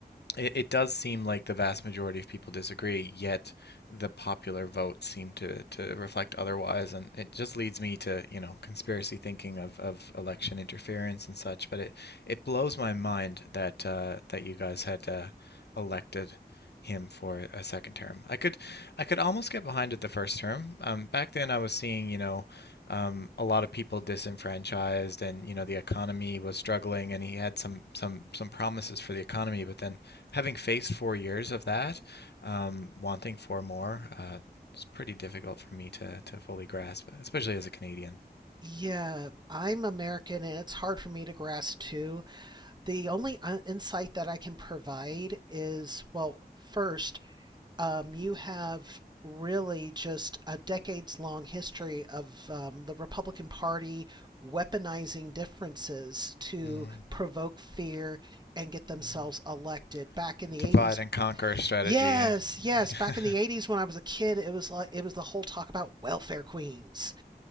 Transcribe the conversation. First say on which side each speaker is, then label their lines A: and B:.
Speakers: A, on the left; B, on the right.
A: it, it does seem like the vast majority of people disagree, yet the popular vote seem to, to reflect otherwise. And it just leads me to, you know, conspiracy thinking of, of election interference and such. But it, it blows my mind that uh, that you guys had uh, elected him for a second term. I could I could almost get behind it the first term. Um, back then I was seeing, you know, um, a lot of people disenfranchised and, you know, the economy was struggling and he had some some some promises for the economy, but then Having faced four years of that, um, wanting four more, uh, it's pretty difficult for me to to fully grasp, especially as a Canadian. <laughs>
B: Yeah, I'm American and it's hard for me to grasp too. The only uh, insight that I can provide is, well, first, um, you have really just a decades long history of um, the Republican Party weaponizing differences to
A: Mm,
B: provoke fear and get themselves
A: mm.
B: elected back in the
A: Divide
B: 80s
A: and conquer strategy.
B: yes
A: eh?
B: yes back
A: <laughs>
B: in the 80s when i was a kid it was like it was the whole talk about welfare queens